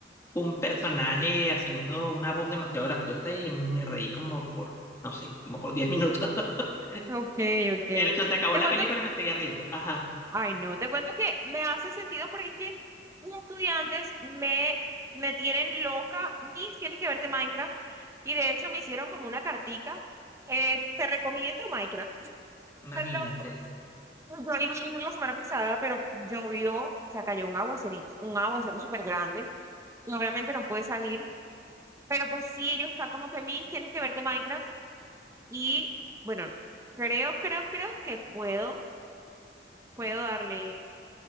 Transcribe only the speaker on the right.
ok, ok.
Te
cuento,
ay no, te cuento que me hace sentido porque es que mis estudiantes me, me tienen loca, ni tienes que verte Minecraft, y de hecho me hicieron como una cartica, eh, te recomiendo Minecraft, están
locos. Yo iba a ir la semana pasada, pero llovió, o sea, cayó un aguacerito, un aguacero súper grande, y obviamente no pude salir, pero pues sí, ellos están como que, Miss, tienes que verte Minecraft, Y bueno, creo, creo, creo que puedo, puedo darle